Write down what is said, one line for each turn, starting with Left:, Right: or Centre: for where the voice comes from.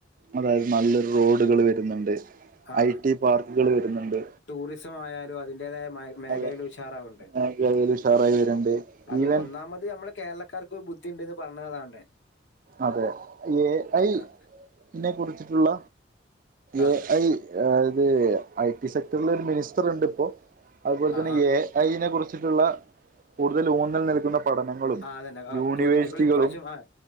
Right: അതായത് നല്ലൊരു റോഡുകൾ വരുന്നുണ്ട്
Left: ആഹ്
Right: ഐ ടി പാർക്കുകൾ വരുന്നുണ്ട്
Left: ടൂറിസം ആയാലും അതിന്റേതായ മേ മേഖലൽ
Right: അതെ
Left: ഉഷാറാവുണ്ട്
Right: മേഖലയിൽ ഉഷാറായി വരുന്നുണ്ട്
Left: അത്
Right: ഈവൻ
Left: ഒന്നാമ അത് നമ്മള് കേരളക്കാർക്ക് ബുദ്ധിണ്ട് പറഞ്ഞതാവണ്ടെ
Right: അതെ എ ഐ
Left: ആഹ്
Right: നെ കുറിച്ചിട്ടുള്ള
Left: ആഹ്
Right: എ ഐ ആയത് ഐ ടി സെക്ടറൽ ഒരു മിനിസ്റ്റർ ഉണ്ട് ഇപ്പോ അതുപോലെ തന്നെ
Left: ആഹ് ആഹ്
Right: എ ഐനെ കുറിച്ചിട്ടുള്ള കൂടുതൽ ഊന്നൽ നിൽക്കുന്ന പഠനങ്ങളും
Left: ആഹ് അതന്നെ ആഹ്
Right: യൂണിവേഴ്സിറ്റികളും
Left: പ്രോജക്ടുകൾ ഇപ്രാവശ്യം ആഹ്